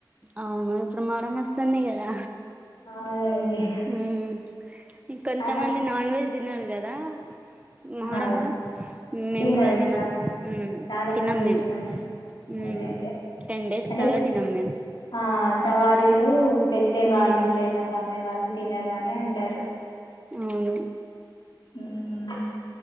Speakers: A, on the right (about 15°); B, on the left (about 65°).
A: అవును ఇప్పుడు మొహరం వస్తుంది కదా
B: అవునండి
A: ఉమ్ కొంతమంది
B: ఆ,
A: నాన్ వెజ్ తినాల్ గదా మొహరంల
B: ఆ, ఓకే.
A: మేము
B: తినరు
A: కూడా తినం,
B: చా-
A: ఉమ్
B: చాలా
A: తినం
B: మంది
A: మేం
B: తినరు
A: ఉమ్
B: అదే అదే
A: టెన్ డేస్
B: అంటే
A: దాక తినం మేం
B: ఆ సవారీలు పెట్టే వాళ్ళు
A: మ్మ్
B: లేదా నమ్మే వాళ్ళు తినరు అని అంటరు
A: అవును
B: ఉమ్